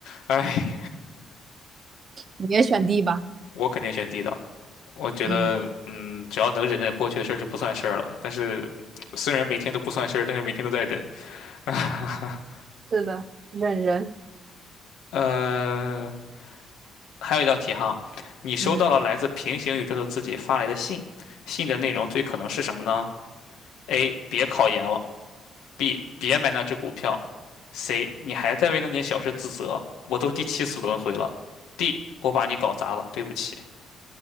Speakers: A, on the left; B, on the right.
A: 哎，
B: 你也选 D 吧。
A: 我肯定选 D 的。我觉得，
B: 嗯
A: 嗯，只要能忍忍过去的事儿就不算事儿了。但是，虽然每天都不算事儿，但是每天都在忍。<laughs>
B: 是的，忍人。
A: 呃，还有一道题哈，你收到了来自平行宇宙的自己发来的信，
B: 嗯
A: 信的内容最可能是什么呢？A. 别考研了；B. 别买那只股票；C. 你还在为那件小事自责，我都第七次轮回了；D. 我把你搞砸了，对不起。